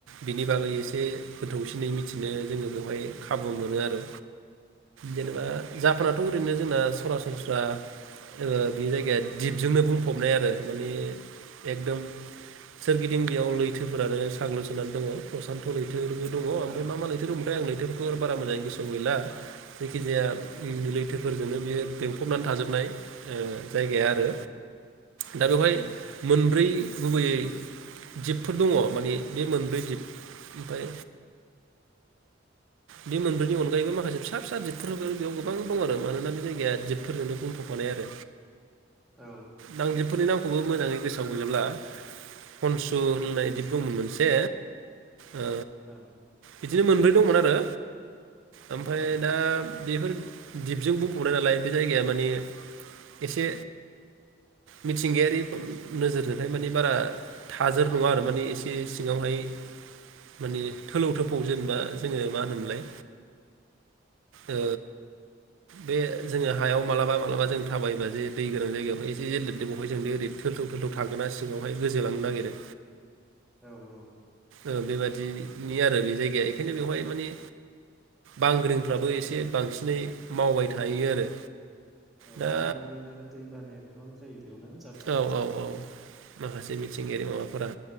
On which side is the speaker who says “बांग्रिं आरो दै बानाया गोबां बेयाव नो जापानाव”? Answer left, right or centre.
Centre